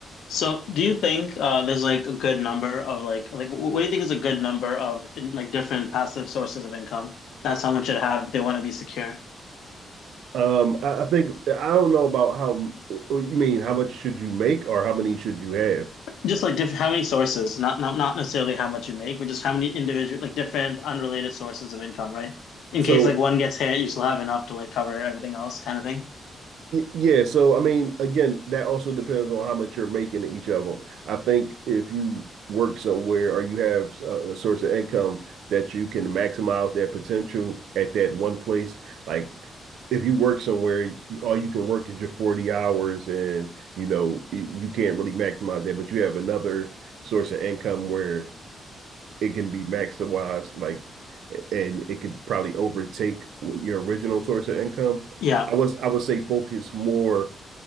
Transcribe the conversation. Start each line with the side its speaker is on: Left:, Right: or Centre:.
Left: So do you think uh there's like a good number of like like wh- what do you think is a good number of in, like different passive sources of income that someone should have if they want to be secure?
Right: Um, I, I think I don't know about how you mean. How much should you make, or how many should you have?
Left: Just like diff how many sources, not not not necessarily how much you make, but just how many individual like different unrelated sources of income, right? In
Right: So
Left: case like one gets hit, you still have enough to like cover everything else kind of thing.
Right: Yeah, so I mean, again, that also depends on how much you're making in each of them. I think if you work somewhere or you have a, a source of income that you can maximize that potential at that one place, like if you work somewhere, you- all you can work is your 40 hours and you know y- you can't really maximize that, but you have another source of income where it can be maximized, like, and it could probably overtake your original source of income.
Left: Yeah.
Right: I was I would say focus more